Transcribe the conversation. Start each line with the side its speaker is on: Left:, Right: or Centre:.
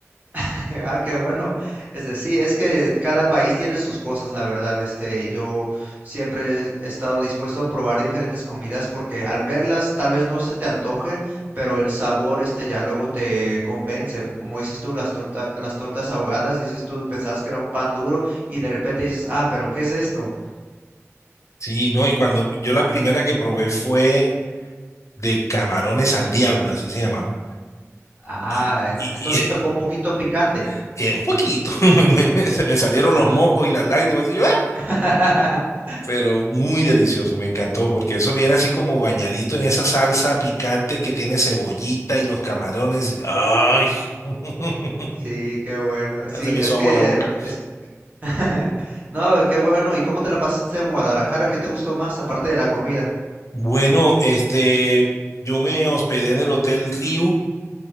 Right: <laughs> Ah, qué bueno. Este, sí, es que cada país tiene sus cosas, la verdad. Este, yo siempre he estado dispuesto a probar diferentes comidas porque al verlas tal vez no se te antoje, pero el sabor, este, ya luego te convence. Como dices tú, las torta- las tortas ahogadas, dices tú, pensabas que era un pan duro y de repente dices, ah, pero ¿qué es esto?
Left: Sí, no, y cuando yo la primera que probé fue de camarones al diablo, así se llamaba.
Right: Ah,
Left: Y,
Right: e-
Left: y-
Right: entonces
Left: y,
Right: te tocó un poquito picante.
Left: <laughs> eh, un poquito, <laughs> me- me- se me
Right: Un poquito.
Left: salieron los mocos y las lágrimas, y yo, "Ah",
Right: <laughs>
Left: pero muy delicioso, me encantó, porque eso viene así como bañadito en esa salsa picante que tiene cebollita y los camarones. y, ay, <laughs>
Right: Sí, qué bueno.
Left: ya
Right: Sí,
Left: se me
Right: es
Left: hizo
Right: que
Left: agua la boca.
Right: es, <laughs> No, qué bueno. ¿Y cómo te la pasaste en Guadalajara? ¿Qué te gustó más aparte de la comida?
Left: Bueno, este, yo me hospedé en el Hotel Riu.